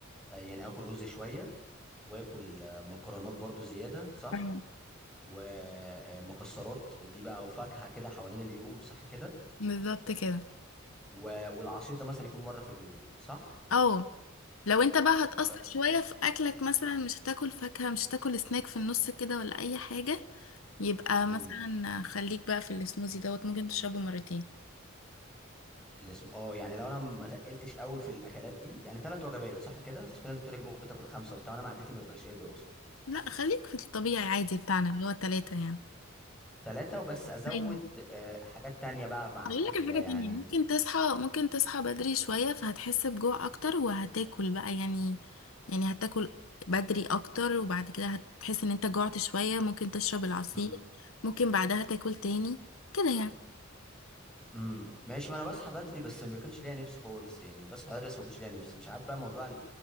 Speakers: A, in the centre; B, on the left.
A: آه، يعني اكل رز شويه واكل آه، مكرونات برضو زياده صح
B: أيوة.
A: ومكسرات دي بقى وفاكهه كده حوالين اليوم صح كده
B: بالظبط كده
A: و- والعصير ده مثلا يكون مره في اليوم صح
B: اه لو انت بقى هتأثر
A: و...
B: شوية في أكلك مثلا مش هتاكل فاكهة مش هتاكل سناك في النص كده ولا أي حاجة يبقى
A: امم
B: مثلا خليك بقى في السموزي دوت ممكن تشربه مرتين
A: الاسم اه يعني لو انا ما تقلتش قوي في الاكلات دي يعني ثلاث وجبات صح كده بس في ناس بتقول لك ممكن تاكل خمسه وبتاع انا معدتي ما ببقاش قادر اصلا
B: لا خليك في الطبيعي عادي بتاعنا اللي هو التلاتة يعني
A: ثلاثه وبس ازود
B: ايوه
A: آه، حاجات تانية بقى مع
B: هقول
A: الاكل
B: لك على
A: ده يعني
B: حاجه تانية ممكن تصحى ممكن تصحى بدري شوية فهتحس بجوع أكتر وهتاكل بقى يعني يعني هتاكل بدري أكتر وبعد كده هتحس إن أنت جوعت شوية ممكن تشرب العصير
A: امم
B: ممكن بعدها تاكل تاني كده يعني
A: امم ماشي ما انا بصحى بدري بس ما بيكونش ليا نفس خالص يعني بصحى بدري بس ما بيكونش ليا نفس مش عارف بقى موضوع